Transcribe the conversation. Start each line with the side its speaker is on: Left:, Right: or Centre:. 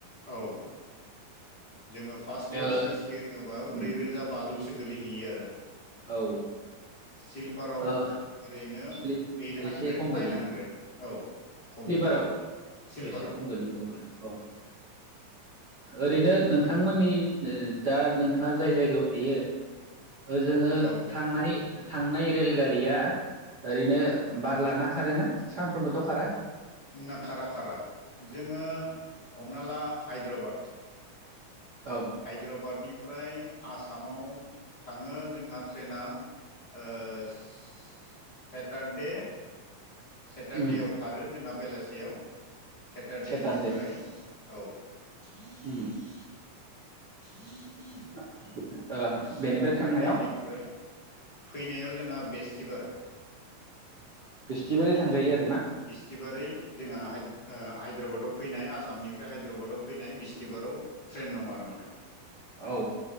Left: औ जोङो फार्स्ट क्लास
Right: ओ
Left: एसि होनोबा ब्रै
Right: उम
Left: रोजा बाजौसो गोलैहैयो आरो।
Right: औ
Left: सिलपाराव
Right: ओ
Left: ओरैनो
Right: स्लिप
Left: ओइट हानद्रेद
Right: एसे खम गोलैयो
Left: नाइन हानद्रेद औ खम
Right: स्लिपाराव
Left: गोलैयो सिलभाराव
Right: एसे खम गोलैयो अब्ला औ ओरैनो नोंथांमोननि जा नोंथाङा जाय जायगायाव थायो जोङो
Left: औ
Right: थांनानै थांनाय रेलगारिया ओरैनो बार लाना खारोना सानफ्रोमबोथ' खारा
Left: ना खारा खारा जोङो हमना ला हायद्राबाद
Right: औ
Left: हायद्राबादनिफ्राय आसामाव थाङो जोंहा ट्रेना ओ सेटारडे सेटारडेआव
Right: उम
Left: खारो जोंहा बेलासियाव सेटारडेनिफ्राय
Right: सेटारडे
Left: औ <inaudible>
Right: उम
Left: <inaudible>
Right: <inaudible>
Left: सेटारडेनिफ्राय
Right: बेनिफ्राय थांनायाव
Left: फैनायाव जोंहा बेस्तिबार
Right: बिस्थिबारै थांजायो आरो ना
Left: बिस्थिबारै जोंहा <unintelligible> हायद्राबादाव फैनाय आसामनिफ्राय हायद्राबादाव फैनाय ब्रिस्तिबाराव ट्रेन दं आरो माने
Right: औ